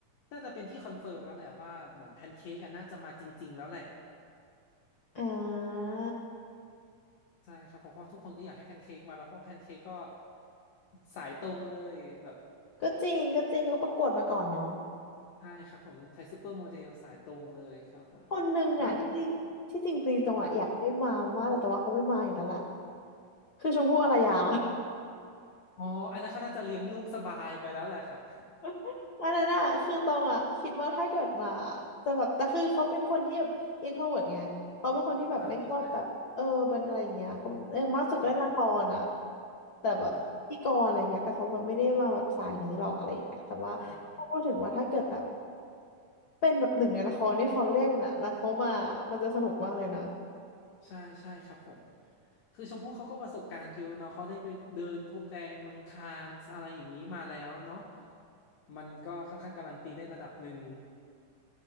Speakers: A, on the left; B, on the left.
A: น่าจะเป็นที่คอนเฟิร์มแล้วแหละว่าเหมือนแพนเค้กอะน่าจะมาจริงๆแล้วแหละ
B: อ่า
A: ใช่ครับผมเพราะทุกคนก็อยากให้แพนเค้กมาแล้วเพราะแพนเค้กก็สายตรงเลยแบบ
B: ก็จริงก็จริงเขาก็ประกวดมาก่อนเนาะ
A: ใช่ครับผมไทยซูเปอร์โมเดลสายตรงเลยครับผม
B: คนหนึ่งอ่ะที่
A: แล้ว
B: ที่จริงๆตรงอ่ะอยากให้มามากแต่แต่ว่าเขาไม่มาอยู่แล้วล่ะ
A: ครับผม
B: คือชมพู่อารยา
A: ใคร อ๋ออันนั้นเขาน่าจะเลี้ยงลูกสบายไปแล้วแหละครับ
B: <laughs> อันนั้นอะคือตรงอะคิดว่าถ้าเกิดมาจะแบบแต่คือเขาเป็นคนที่แบบอินโทรเวิร์ตไงเขาเป็นคนที่แบบไม่ชอบแบบเออเป็นอะไรอย่างเงี้ยเขาแบบเออมากสุดก็เล่นละครอะ
A: <laughs> อ่าใช่ครับครับ
B: แต่แบบพิธีกรอะไรเงี้ยแต่เขาแบบไม่ได้มาแบบสายนี้หรอกอะไรอย่างเงี้ยแต่ว่าถ้าพูดถึงว่าถ้าเกิดแบบ
A: ครับใช่
B: เป็นแบบหนึ่งในละครที่เขาเล่นอะแล้วเขามามันจะสนุกมากเลยนะ
A: ใช่ใช่ครับผมคือชมพู่เขาก็ประสบการณ์เยอะเนาะเขาได้ไปเดินพรมแดงเมืองคานส์อะไรอย่างนี้มาแล้วเนาะมันก็ค่อนข้างการันตีได้ระดับหนึ่ง